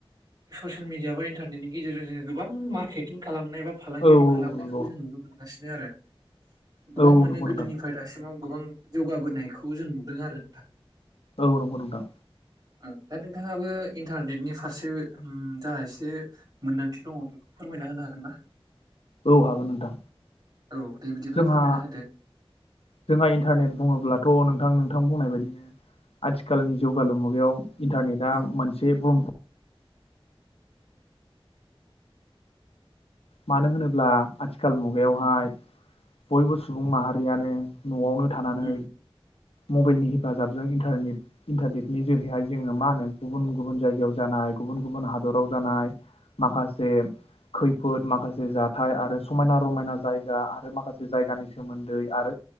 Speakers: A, on the right; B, on the left.
A: ससियेल मिडिया बा इन्टारनेटनि गेजेरजों जो गोबां मार्केटिं खालामो। नाय बा फालांगियारि
B: औ
A: खालामनायखौबो
B: नंगौ
A: जों नुनो मोनगासिनो आरो, गोबां
B: औ
A: माने
B: नंगौ नोंथां
A: गोदोनिफ्राय दासिमाव गोबां जौगाबोनायखौ जों नुदों आरो नोंथां।
B: औ नंगौ नोंथां।
A: ओ दा नोंथाङाबो इन्टारनेटनि फारसे ओम जा एसे मोन्दांथि दङ बेखौ फोरमायना होनो हागोन ना?
B: औ हागोन नोंथां।
A: औ दे बिदिब्ला
B: जोंहा
A: फोरमायना होदो
B: जोंहा इन्टारनेट बुङोब्लाथ' नोंथां थां बुंनाय बायदिनो आथिखालनि जौगालु मुगायाव इन्टारनेटआ
A: औ
B: मोनसे बुहुम मानो होनोब्ला आथिखाल मुगायावहाय
A: उम
B: बयबो सुबुं माहा रियानो न'आवनो थानानै
A: उम
B: मबेलनि हेफाजाबजों इन्टारनेट- इन्टारनेटनि जोरैहाय जोङो मा होनो गुबुन गुबुन जायगायाव जानानै गुब गुब हादराव जानाय माखासे खैफोद माखासे जाथाय आरो समायना रमायना जायगा आरो माखासे जायगानि सोमोन्दै आरो